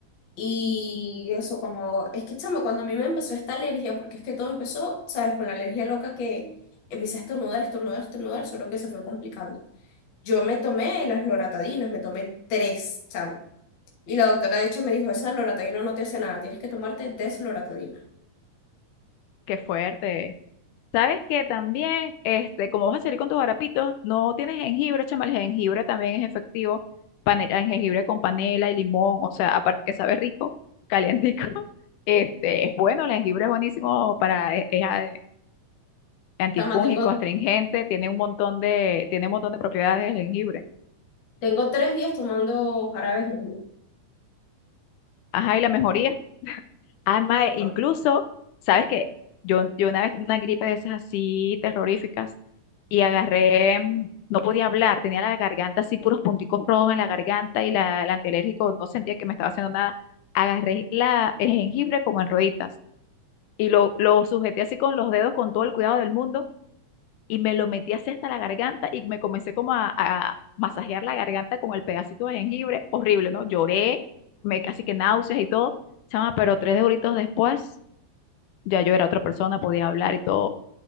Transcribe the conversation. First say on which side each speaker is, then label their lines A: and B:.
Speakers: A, on the left; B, on the left.
A: Y eso, como, es que, chamo, cuando a mí me empezó esta alergia, porque es que todo empezó, ¿sabes? Con la alergia loca que empecé a estornudar, estornudar, estornudar, solo que se fue complicando. Yo me tomé las loratadinas, me tomé tres, chamo. Y la doctora de hecho me dijo, esa loratadina no te hace nada, tienes que tomarte desloratadina.
B: Qué fuerte. Sabes que también, este, como vas a salir con tus harapitos, no tienes jengibre, chama, el jengibre también es efectivo, panela, jengibre con panela y limón, o sea, aparte que sabe rico, calientico, <laughs> este, es bueno, el jengibre es buenísimo para, es, es a- antifúngico,
A: Tama, tengo,
B: astringente, tiene un montón de, tiene un montón de propiedades el jengibre.
A: tengo tres días tomando jarabes de jengibre.
B: Ajá, y la mejoría. Además, incluso,
A: Bueno,
B: ¿sabes qué? Yo, yo una vez tuve una gripe de esas así terroríficas y agarré, mm, no podía hablar, tenía la garganta así, puros punticos rojos en la garganta y la, el antialérgico no sentía que me estaba haciendo nada. Agarré la, el jengibre como en rueditas y lo, lo sujeté así con los dedos con todo el cuidado del mundo y me lo metí así hasta la garganta y me comencé como a, a masajear la garganta con el pedacito de jengibre, horrible, ¿no? Lloré, me casi que náuseas y todo, chama, pero tres horitos después ya yo era otra persona, podía hablar y todo, o